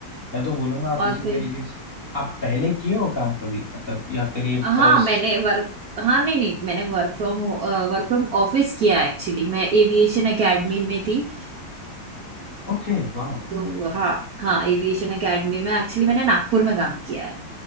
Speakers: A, on the left; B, on the right.
A: मैं तो बोलूंगा आप
B: और
A: इसी
B: फिर
A: तरीके से आप पहले किए हो काम कभी मतलब या फिर ये
B: हाँ
A: फर्स्ट
B: मैंने वर्क हाँ नहीं नहीं मैंने वर्क फ्रॉम वर्क फ्रॉम ऑफिस किया एक्चुअली मैं एविएशन एकेडमी में थी
A: ओके वाह
B: तो हाँ हाँ एविएशन एकेडमी में एक्चुअली मैंने नागपुर में काम किया है